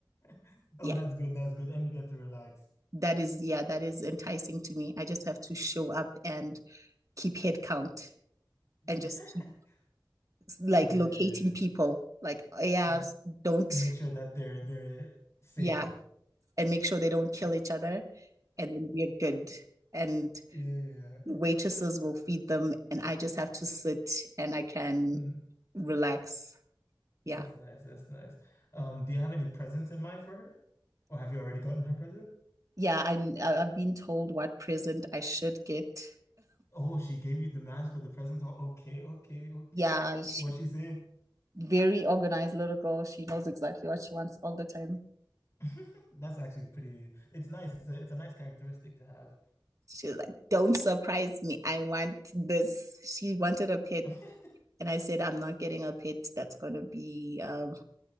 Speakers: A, on the left; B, on the right.
A: <laughs> Oh,
B: Yeah.
A: that's good. That's good. And you get to relax.
B: That is, yeah, that is enticing to me. I just have to show up and keep head count
A: Yeah.
B: and just keep
A: <laughs>
B: like
A: Yeah.
B: locating people. Like, oh, yeah,
A: Mm.
B: don't,
A: Make sure that they're they're safe.
B: yeah, and make sure they don't kill each other. And then we're good. And
A: Yeah.
B: waitresses will feed them and I just have to sit and I can
A: Mm.
B: relax.
A: That's
B: Yeah.
A: nice. That's nice. Um, do you have any presents in mind for her? Or have you already gotten her present?
B: Yeah, I I've been told what present I should get.
A: Oh, she gave you demands for the present. Oh, okay, okay,
B: <laughs>
A: okay.
B: yeah, she
A: What she say?
B: very organized little girl. She knows exactly what she wants all the time.
A: <laughs> That's actually pretty. It's nice. It's a it's a nice characteristic to have.
B: She's like, "Don't surprise me. I want this." She wanted a pet
A: <laughs>
B: and I said, "I'm not getting a pet that's going to be um,